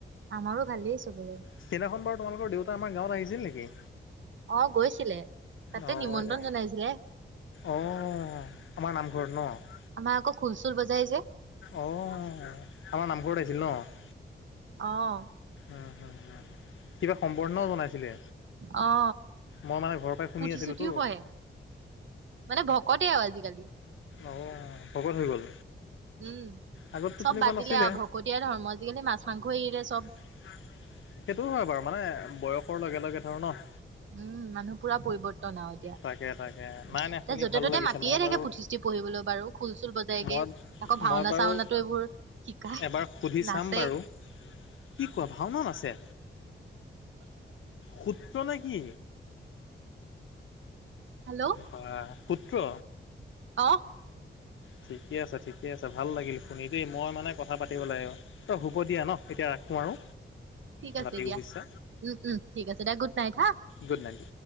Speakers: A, on the right (about 75°); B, on the left (about 80°).
A: আমাৰো ভালেই চবৰে।
B: সেইদিনাখন বাৰু তোমালকৰ দেউতা আমাত গাঁৱত আহিছিল নেকি?
A: অ', গৈছিলে। তাতে
B: অ'
A: নিমন্ত্ৰণ
B: এয়া
A: জনাইছিলে।
B: অ', আমাৰ নামঘৰত ন'?
A: আমাৰ আকৌ খুল চুল বজাই যে।
B: অ', আমাৰ নামঘৰত আহিছিল ন'?
A: অ'।
B: উম, কিবা সম্বৰ্ণও জনাই চিলে,
A: অ
B: মই মানে ঘৰৰ পাই শুনি
A: পুথি
B: আছিলোঁ
A: চুথিও
B: তো।
A: পঢ়ে মানে ভকতে অ, আজিকালি।
B: অ', ভকত হৈ গ'ল?
A: উম,
B: আগততো
A: চব
B: তেনেকুৱা
A: বাদ
B: নাছিলে।
A: দিলে আৰু ভকতীয়া ধৰ্ম আজিকালি মাছ মাংস এৰিলে চব।
B: <inaudible> সেইটো হয়, বাৰু মানে বয়সৰ লগে, লগে ধৰ ন'।
A: উম, মানুহ পুৰা পৰিৱৰ্তন আৰু এতিয়া।
B: তাকে তাকে। নাই নাই শুনি
A: তে' যতে
B: ভাল
A: ত'তে
B: লাগিছে।
A: মাতিয়ে
B: মই
A: থাকে
B: বাৰু
A: পুথিছ টি পঢ়িবলৈ বাৰু খুল চুল বজাইগে,
B: মই
A: আকৌ ভাওনা
B: মই বাৰু
A: চাওনাটো এইবোৰ শিকাই,
B: এবাৰ সুধি
A: নাচে।
B: চাম বাৰু। কি কোৱা ভাওনাও নাছে? সূত্ৰ নে কি?
A: হাল্লো?
B: বা সুত্ৰ!
A: অ'।
B: ঠিকে আছে, ঠিকে আছে। ভাল লাগিল শুনি দেই, মই মানে কথা পাতিব লাগিব। অ', হ'ব দিয়া ন' এতিয়া ৰাখোঁ আৰু।
A: ঠিক আছে
B: ৰাতিও
A: দিয়া।
B: হৈছে
A: উম, উম, ঠিক আছে দিয়া গুড নাইট হা'।
B: Good night